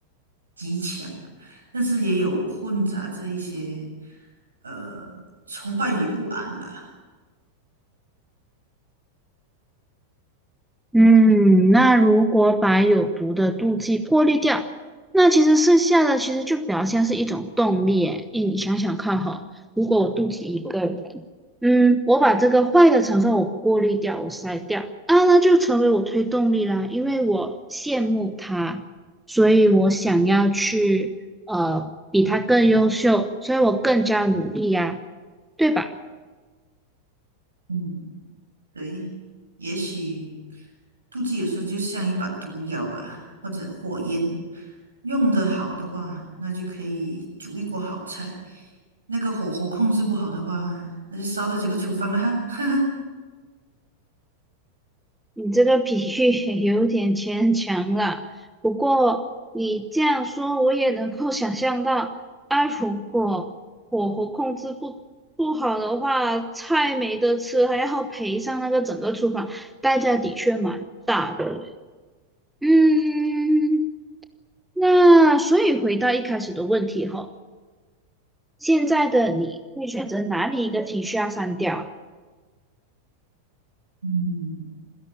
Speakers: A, on the right; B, in the centre.
A: 极强。但是也有混杂着一些呃崇拜与不安吧。
B: 嗯，那如果把有毒的妒忌过滤掉，那其实剩下的其实就比较像是一种动力。诶，诶你想想看哈，如果我妒忌一个人，嗯，我把这个坏的成分我过滤掉，我筛掉，啊，那就成为我推动力啦，因为我羡慕他，所以我想要去呃比他更优秀，所以我更加努力呀，对吧？
A: 嗯对，也许妒忌有时候就像一把毒药吧，或者火焰，用得好的话，那就可以煮一锅好菜；那个火候控制不好的话，那就烧掉整个厨房了哈。<laughs>
B: 你这个比喻 <laughs> 也有点牵强了，不过你这样说，我也能够想象到，啊，如果火候控制不不好的话，菜没得吃，还要赔上那个整个厨房，代价的确蛮大的嘞。嗯，那所以回到一开始的问题吼，现在的你会选择哪里一个情绪要删掉啊？
A: 嗯